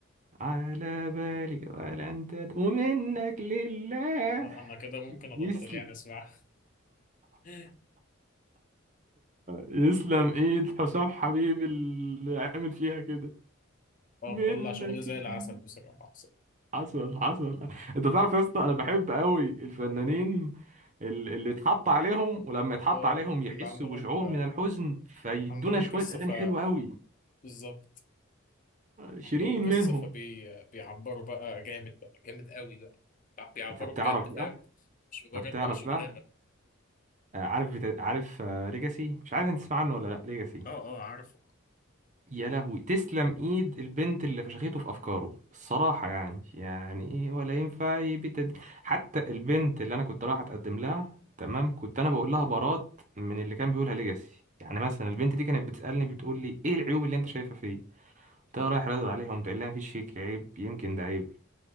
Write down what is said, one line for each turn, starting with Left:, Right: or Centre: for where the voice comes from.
Right: على بالي ولا انت د- ومنك لله
Left: لا انا كده ممكن ابطل
Right: يسلم
Left: يعني اسمعها <laughs>
Right: يسلم ايد حسام حبيبي اللي عامل فيها كده
Left: اه
Right: منك
Left: بتطلع شغل زي
Right: لله
Left: العسل بصراحه حسين
Right: حصل حصل انت تعرف يا اسطى انا بحب قوي الفنانين ال- اللي اتحط عليهم ولما يتحط
Left: اه
Right: عليهم يحسوا
Left: اللي عندهم
Right: بشعور من الحزن فيدونا
Left: عندهم
Right: شوية
Left: قصه
Right: أغاني
Left: ف
Right: حلوة أوي
Left: بالظبط
Right: شيرين
Left: عندهم قصه
Right: منهم
Left: فبي بيعبروا بقى جامد بقى جامد قوي بقى بيعبروا
Right: أنت بتعرف
Left: بجد فاهم
Right: بقى
Left: مش
Right: أنت
Left: مجرد
Right: بتعرف
Left: بقى شغلانه
Right: بقى آه، عارف بتا... عارف ليجاسي مش عارف أنت تسمع عنه ولا لأ ليجاسي
Left: اه اه عارفه
Right: يا لهوي تسلم ايد البنت اللي فشخته في افكاره الصراحه يعني يعني ايه ولا ينفع يبت دي حتى البنت اللي انا كنت رايح اتقدم لها تمام كنت انا بقول لها برات من اللي كان بيقولها ليجاسي يعني مثلا البنت دي كانت بتسالني بتقول لي ايه العيوب اللي انت شايفها فيه انت رايح رادو عليها ومتقول لها مفيش فيك عيب يمكن ده عيب